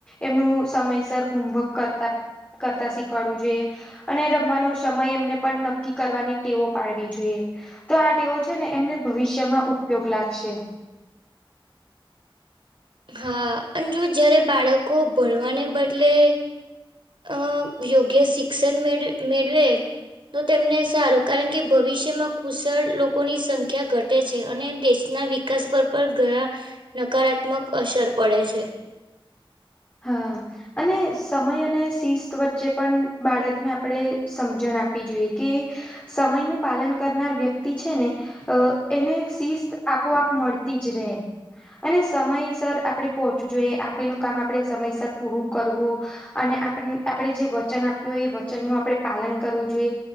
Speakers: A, on the left; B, on the right.
A: એમનું સમયસર હોમવર્ક કરતા કરતા શીખવાડું જોયે અને રમવાનો સમય એમને પણ નક્કી કરવાની ટેવો પાડવી જોઈએ તો આ ટેવો છે ને એમને ભવિષ્યમાં ઉપયોગ લાગશે
B: હા અજુ જયારે બાળકો ભણવાને બદલે અ યોગ્ય શિક્ષણ મેળ મેળવે તો તેમને સારું કારણ કે ભવિષ્યમાં કુશળ લોકોની સંખ્યા ઘટે છે અને દેશના વિકાસ પર પણ ઘણા નકારાત્મક અસર પડે છે
A: હા અને સમય અને શિસ્ત વચ્ચે પણ બાળકને આપણે સમજણ આપવી જોઈએ કે સમય નું પાલન કરનાર વ્યક્તિ છે ને અ એને શિસ્ત આપોઆપ મળતી જ રહે અને સમયસર આપડે પહોંચવું જોઈએ આપેલું કામ આપણેે સમયસર પૂરું કરવું અને આપણેે જે વચન આપ્યું હોય એ વચનનું આપણે પાલન કરવું જોઈએ